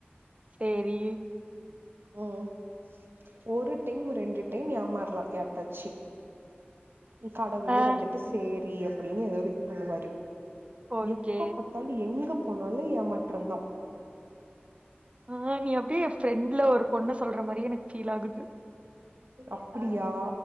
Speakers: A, on the right (about 30°); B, on the right (about 65°).
A: செரி
B: ம் ம் ஒரு டைம் ரெண்டு டைம் ஏமாற்லா எப்பாச்சி கடவுளே
A: ஆ
B: வந்துட்டு சேரி அப்படின்னு எதோ ஒரு இது பண்ணுவாரு
A: ஓகே.
B: எப்பப்பாத்தாலு எங்க போனாலு ஏமாற்றந்தா
A: ஆ நீ அப்டியே எ ஃப்ரெண்ட்ல ஒரு பொண்ண சொல்ற மாரி எனக் ஃபீல் ஆகுது
B: அப்படியா